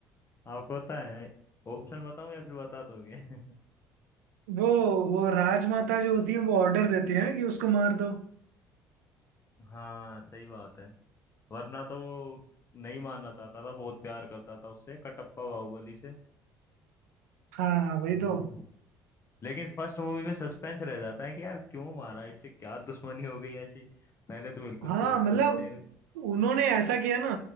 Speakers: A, on the left; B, on the right.
A: आपको पता है ऑप्शन बताऊं या फिर बता दोगे <laughs>
B: वो वो राजमाता जो होती है वो ऑर्डर देती है कि उसको मार दो
A: हाँ सही बात है वरना तो वो नहीं मानना चाहता था बहुत प्यार करता था उससे कटप्पा बाहुबली से
B: हाँ हाँ वही
A: हम्म।
B: तो
A: लेकिन फर्स्ट मूवी में सस्पेंस रह जाता है कि यार क्यों मारा इससे क्या दुश्मनी हो गई ऐसी पहले तो बिल्कुल
B: हाँ
A: दोस्त
B: मतलब
A: दोस्त थे
B: उन्होंने ऐसा किया ना